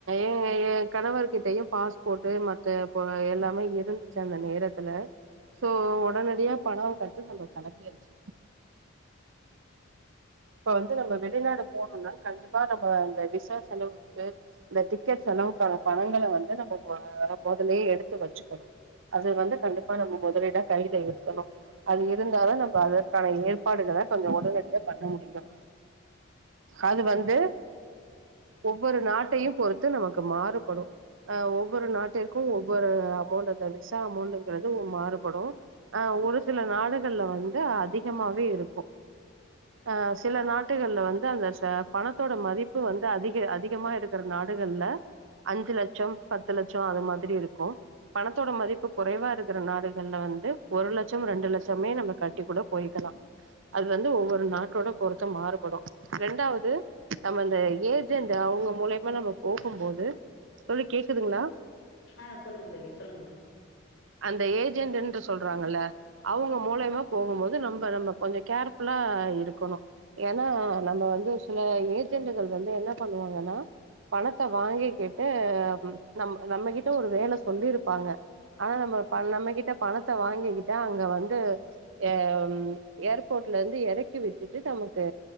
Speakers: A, on the right; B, on the left.
A: எ யென் கணவர் கிட்டயும் பாஸ் போட்டு மத்த போ எல்லாமே இருந்துச்சு அந்த நேரத்துல சோ ஒடனடியா பணம் கட்டு நம்ப களம்பியாச்சு இப்ப வந்து நம்ப வெளிநாடு போனோம்னா கண்டிப்பா நம்ப அந்த விசா செலவுக்கு இந்த டிக்கெட் செளவுக்கான பணங்கள வந்து நம்ப மொதலியே எடுத்து வெச்சுக்கணும் அது வந்து கண்டிப்பா நம்ப முதலீடா கையில இருக்கணு அது இருந்தாலும் நம்ப அதற்கான ஏற்பாடுகள கொஞ்சோம் உடனடியா பண்ண முடியும் அது வந்து ஒவ்வொரு நாட்டையும் பொறுத்து நமக்கு மாறுபடும் அ ஒவ்வொரு நாட்டிற்கும் ஒவ்வொரு அமௌண்ட் அந்த விசா அமௌண்ட்ங்கிறது மாறுபடும் அ ஒரு சில நாடுகள்ல வந்து அதிகமாவே இருக்கும் அ சில நாட்டுகள்ல வந்து அந்த ச பணத்தோட மதிப்பு வந்து அதிக அதிகமா இருக்கிற நாடுகள்ல அஞ்சு லட்சம் பத்து லட்சம் அது மாதிரி இருக்கு பணத்தோட மதிப்பு குறைவா இருக்கிற நாடுகள்ல வந்து ஒரு லட்சம் ரெண்டு லட்சமே நம்ம கட்டி கூட போய்க்கலா அது வந்து ஒவ்வொரு நாட்டோட பொருத்து மாறுபடு ரெண்டாவது நம்ம அந்த ஏஜெண்ட் அவங்க மூலியமா நம்ம போகும் போது தோழி கேக்குதுங்களா
B: அ சொல்லுங்க தோழி சொல்லுங்க
A: அந்த ஏஜெண்ட் என்று சொல்றாங்கல அவங்க மூலியமா போகும் போது நம்ம நம்ம கொஞ்சோ கேர்புல்லா இருக்கணு ஏன்னா நம்ம வந்து சில ஏஜென்ட்கள் வந்து என்ன பண்ணுவாங்கன்னா பணத்தை வாங்கிக்கிட்டு நம் நம்மகிட்ட ஒரு வேல சொல்லியிருப்பாங்க ஆனா நம்ம நம்மகிட்ட பணத்தை வாங்கிக்கிட்ட அங்க வந்து அ ஏர்போர்ட்ல இருந்து எறக்கி விட்டுட்டு நமக்கு